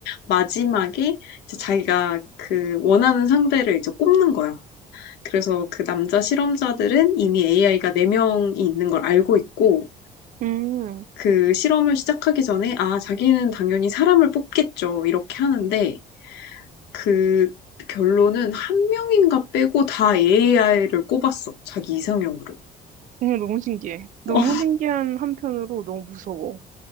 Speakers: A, on the left; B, on the right.
A: 마지막에 이제 자기가 그 원하는 상대를 이제 꼽는 거야. 그래서 그 남자 실험자들은 이미 AI가 네명이 있는 걸 알고 있고
B: 음.
A: 그 실험을 시작하기 전에 아, 자기는 당연히 사람을 뽑겠죠. 이렇게 하는데 그 결론은 한 명인가 빼고 다 AI를 꼽았어. 자기 이상형으로.
B: 음, 너무 신기해.
A: <laughs>
B: 너무
A: 어,
B: 신기한 한편으로 너무 무서워.